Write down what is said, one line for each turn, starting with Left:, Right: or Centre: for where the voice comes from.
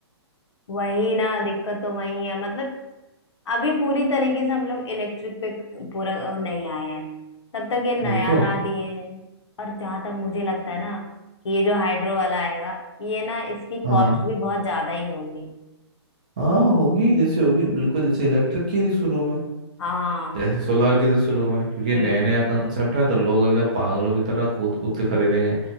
Left: वही ना दिक्कत तो वही है मतलब अभी पूरी तरीके से हम लोग इलेक्ट्रिक पे पूरा अ, नहीं आए हैं तब तक ये
Right: वही
Left: नया
Right: तो
Left: ला दिए हैं और जहां तक मुझे लगता है ना कि ये जो हाइड्रो वाला आएगा ये ना इसकी
Right: हाँ
Left: कॉस्ट भी बहुत ज्यादा ही होगी तो
Right: हाँ होगी जैसे होगी बिल्कुल जैसे इलेक्ट्रिक की थी शुरू में
Left: हाँ
Right: जैसे सोलार के तो शुरू में क्योंकि
Left: हम्म
Right: नया नया कंसेप्ट है तो लोग एकदम पागलों की तरह कूद कूद के खरीदेंगे